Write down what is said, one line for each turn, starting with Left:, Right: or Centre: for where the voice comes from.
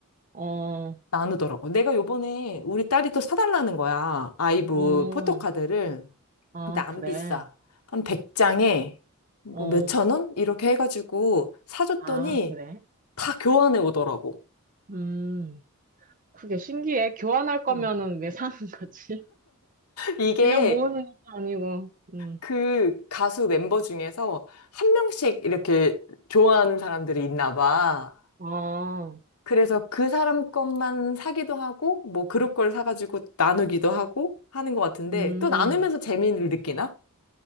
Right: 어,
Left: 나누더라고. 내가 요번에 우리 딸이 또 사달라는 거야. 아이브
Right: 어,
Left: 포토카드를.
Right: 아,
Left: 근데 안
Right: 그래.
Left: 비싸. 한 100장에 뭐
Right: 어,
Left: 몇천 원? 이렇게 해가지고 사줬더니
Right: 아, 그래.
Left: 다 교환해 오더라고.
Right: 음, 그게 신기해. 교환할 거면은
Left: 음.
Right: 왜 사는 거지?
Left: 이게
Right: 그냥 모으는 것도 아니고, 음,
Left: 그 가수 멤버 중에서 한 명씩 이렇게 좋아하는 사람들이 있나 봐.
Right: 아,
Left: 그래서 그 사람 것만 사기도 하고, 뭐 그룹 걸 사가지고 나누기도 하고 하는 것 같은데,
Right: 음,
Left: 또 나누면서 재미를 느끼나?